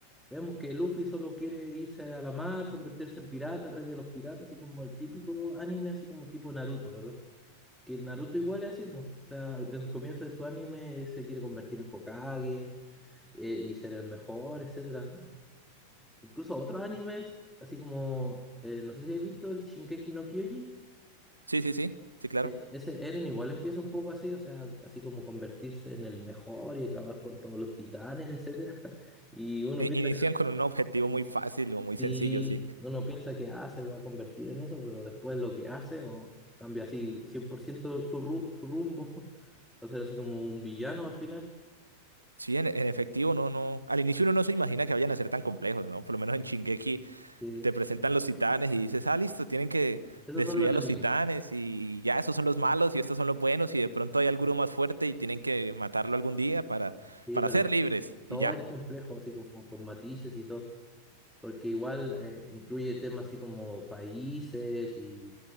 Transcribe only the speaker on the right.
Sí, sí, sí. Sí, claro.
I-
Inician
con un objetivo muy fácil o muy
sencillo, sí.
Sí, en, en efectivo, no, no. Al inicio uno no se imagina que vayan a ser tan complejos, ¿no? Por lo menos en Shingeki
te presentan los titanes y dices, ah, listo, tienen que
destruir
a los titanes y ya esos son los malos y estos son los buenos y de pronto hay alguno más fuerte y tienen que matarlo algún día para,
para
ser libres
y ya.